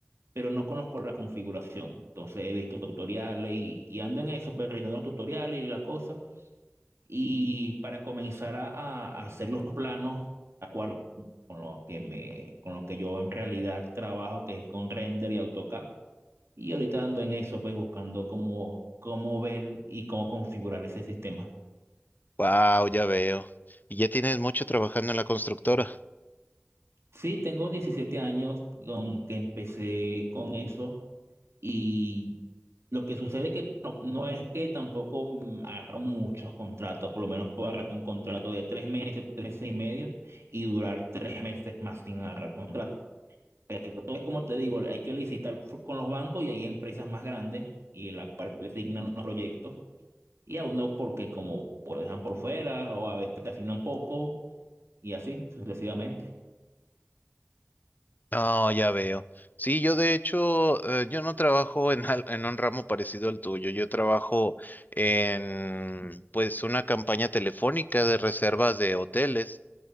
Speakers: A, on the right (about 85°); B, on the left (about 40°).
A: pero no conozco la configuración. Entonces he visto tutoriales y, y ando en eso, pues, revisando los tutoriales y la cosa. Y para comenzar a, a hacer los planos, a cual con lo que me, con lo que yo en realidad trabajo, que es con render y AutoCAD. Y ahorita ando en eso, pues buscando cómo, cómo ver y cómo configurar ese sistema.
B: Wow, ya veo. Y ya tienes mucho trabajando en la constructora.
A: Sí, tengo 17 años con que empecé con eso y lo que sucede es que no, no es que tampoco mm, agarro muchos contratos, por lo menos puedo agarrar un contrato de tres meses, tres meses y medio y durar tres meses más sin agarrar contrato. Entonces, como te digo, hay que licitar f- con los bancos y hay empresas más grandes y la cual le asignan los proyectos y a uno porque como lo dejan por fuera o a veces te asignan poco y así sucesivamente.
B: No, ya veo. Sí, yo de hecho, eh, yo no trabajo en, al- en un ramo parecido al tuyo. Yo trabajo en, pues, una campaña telefónica de reservas de hoteles.